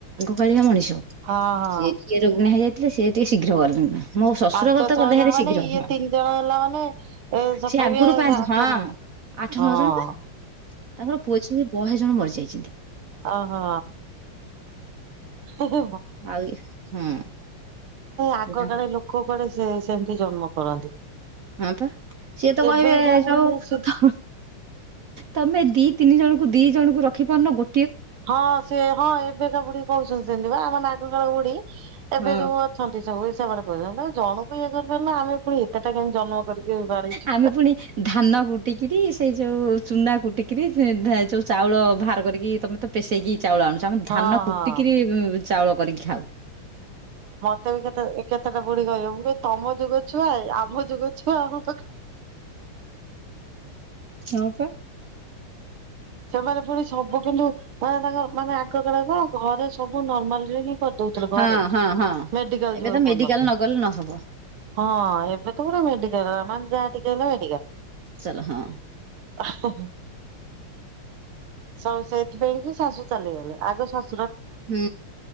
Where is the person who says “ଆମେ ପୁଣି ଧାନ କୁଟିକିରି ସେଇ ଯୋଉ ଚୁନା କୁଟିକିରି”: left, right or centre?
Right